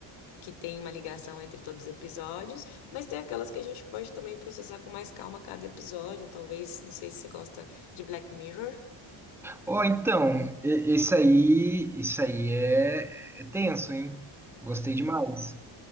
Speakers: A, on the left (about 85°); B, in the centre.
A: que tem uma ligação entre todos os episódios, mas tem aquelas que a gente pode também processar com mais calma cada episódio, talvez, não sei se você gosta de Black Mirror.
B: Ó, então, e- esse aí, isso aí é, é tenso, hein? Gostei demais.